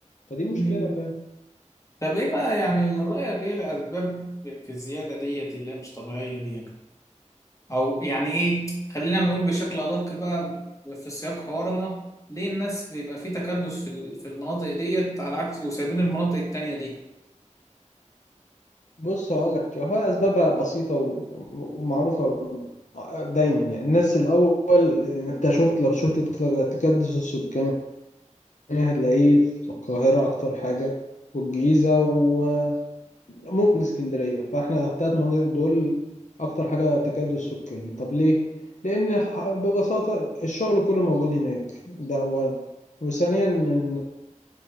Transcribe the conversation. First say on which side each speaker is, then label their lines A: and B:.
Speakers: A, on the left; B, on the left.
A: فدي مشكلة
B: مم. طب إيه بقى يعني من رأيك إيه الأسباب في الزيادة ديت اللي هي مش طبيعية دي يعني أو يعني إيه خلينا نقول بشكل أدق بقى في سياق حوارنا ليه الناس بيبقى في تكدس في ال- في المناطق ديت على عكس وسايبين المناطق التانية دي
A: بص هقول لك هو اسبابها بسيطه و- ومعروفه دايما يعني الناس الاول انت شفت لو شفت الت- تكدس السكاني هتلاقيه في القاهره اكتر حاجه والجيزه وممكن الاسكندريه فاحنا الثلاث مناطق دول اكتر حاجه تكدس سكاني طب ليه لان ح- ببساطه الشغل كله موجود هناك ده اولا وثانيا ان